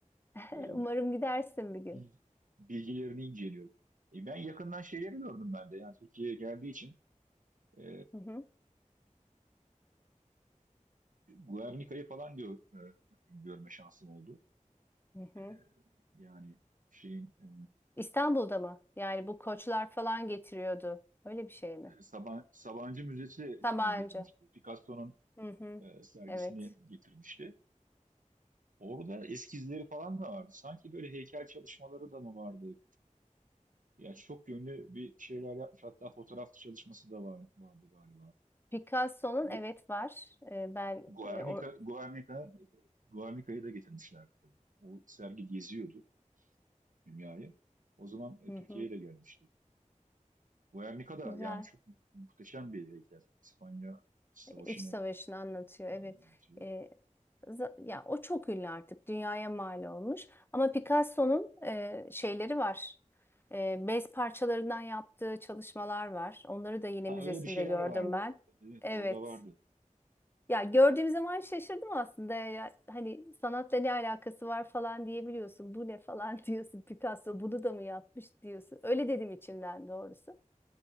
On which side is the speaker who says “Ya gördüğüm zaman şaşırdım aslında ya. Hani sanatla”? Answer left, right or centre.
Left